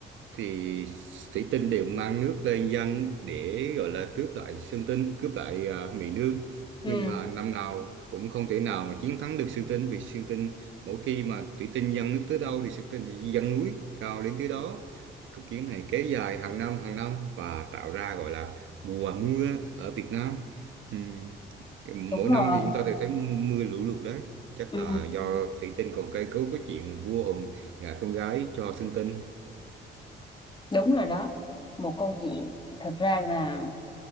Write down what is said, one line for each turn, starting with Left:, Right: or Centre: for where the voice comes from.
Right: thì thủy tinh đều mang nước lên dân để gọi là cướp lại Sơn Tinh, cướp lại à, Mỹ Nương.
Left: Ừ,
Right: Nhưng mà năm nào cũng không thể nào mà chiến thắng được Sơn Tinh vì Sơn Tinh mỗi khi mà thủy tinh dâng nước tới đâu thì Sơn Tinh sẽ dâng núi cao đến tới đó. Cuộc chiến này kéo dài hàng năm hàng năm và tạo ra gọi là mùa mưa ở Việt Nam. Ừm, Mỗi
Left: đúng rồi.
Right: năm thì chúng ta đều thấy mưa, mưa lũ lụt đấy. Chắc
Left: Ừ.
Right: là do thủy tinh còn cây cấu cái chuyện vua hùng gả con gái cho Sơn Tinh.
Left: Đúng rồi đó, một câu chuyện thật ra là